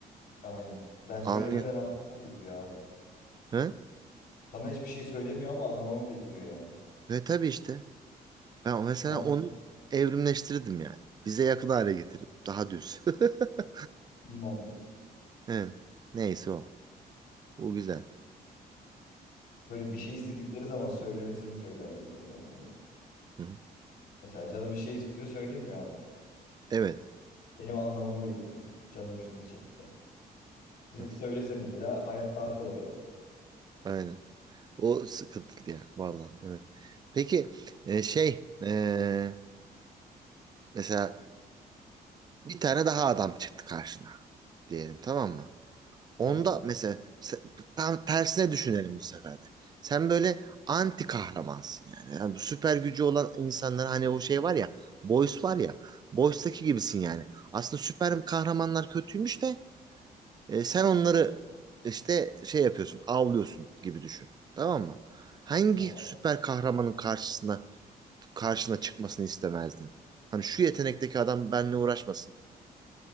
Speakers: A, on the left (about 70°); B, on the right (about 25°).
A: aynen. Ben söylemeden
B: Anlıyor.
A: anlamamı bekliyor abi.
B: He?
A: Bana hiçbir şey söylemiyor ama anlamamı bekliyor yani.
B: Ve tabii işte. Ben mesela
A: Nasıl
B: onu evrimleştirdim yani. Bize yakın hale getirdim. Daha düz. <laughs>
A: bir mantık?
B: Evet. Neyse o. O güzel.
A: Böyle bir şey istedikleri zaman söylemesini söylerdim böyle ona hani.
B: Hı-hı.
A: Mesela canı bir şey istiyor söylemiyor abi.
B: Evet.
A: Benim anlamamı bekliyor. Canım şunu çekti. Direkt
B: Hı.
A: söylese mesela hayat daha kolay olacak.
B: Aynen. O sıkıntılı ya. Vallahi evet. Peki e, şey e, mesela Bir tane daha adam çıktı karşına diyelim tamam mı? Onda
A: Tamam,
B: mesela se- tam tersine düşünelim bu sefer de. Sen böyle anti kahramansın yani. Yani bu süper gücü olan insanlar hani o şey var ya Boys var ya Boys'taki gibisin yani. Aslında süper kahramanlar kötüymüş de e, sen onları işte şey yapıyorsun avlıyorsun gibi düşün. Tamam mı? Hangi
A: tamam.
B: süper kahramanın karşısına karşına çıkmasını istemezdin? Hani şu yetenekteki adam benimle uğraşmasın.